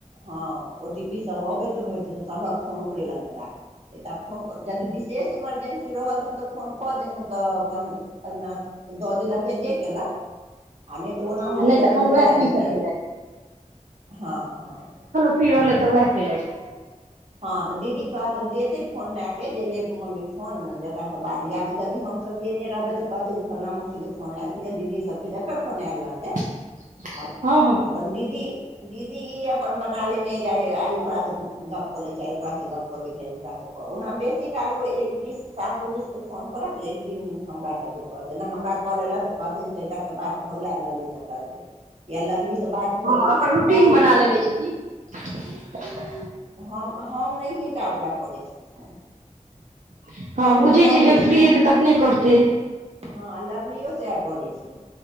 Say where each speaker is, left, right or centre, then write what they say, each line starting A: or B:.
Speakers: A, on the right; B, on the right.
A: हँ ओ टी पी सब अबैत रहैत छै तऽ सबहक फोन ओकरे लग मे राखल तऽ आब फोन जदि विशेष इमरजेंसी रहल तहनत फोन कऽ देलहुँ तऽ अपन अबिनास द देलक जेकेलक आ त ओना होईत
B: आ नहि
A: रवैया
B: तखन उएह
A: कैला
B: फ्रीसँ
A: डिस्टर्ब
B: केलथि
A: करियै हँ हँ
B: फिर <unintelligible> तऽ वएह केलथि
A: हँ तऽ दीदी कहत देतै फोन मएके जे लेब मम्मी फोन जकरासँ बाद याद यदि हमसब केयने रहबै तऽ कहते जे फलना मौसी के फोन एलै या दीदी सब के जकर फोन आयल रहते
B: <inaudible>
A: आ
B: हँ हँ
A: अपन दीदी दीदी ई अपन बना लेने जाइ आइ ओकरासँ गप कऽ लै छै ओकरासँ गप कऽ लै छै ओकरासँके ओना बेसी काल ओ एक दिस सासुर दिस फोन करत एक दिन हमरा सबके कह जेना हमरा कल एलक तऽ कहते जे <unintelligible> बात भ गेलै लगली स करबै या लगलीसँ बात
B: हँ
A: भजेतै
B: अपन
A: मने
B: रूटीन
A: बाजि
B: बना
A: जेतै
B: लेने <unintelligible>
A: हम हम नहिये टा ओकरा करै छी फोन
B: <inaudible> हँ
A: सभके
B: बुझै
A: सएह
B: छिय
A: होइ
B: जब
A: छै
B: फ्री
A: लव
B: हेतै तऽ अपने करतै
A: हँ लवली ओ सै करे छै